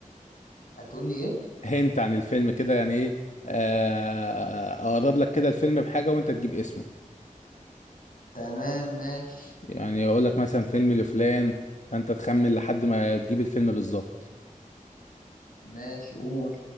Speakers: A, on the left; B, on the left.
A: هتقول لي ايه
B: هنت عن الفيلم كده يعني ايه آه اقرب لك كده الفيلم بحاجة وانت تجيب اسمه
A: تمام ماشي
B: يعني اقول لك مثلا فيلم لفلان فانت تخمن لحد ما تجيب الفيلم بالظبط
A: ماشي قول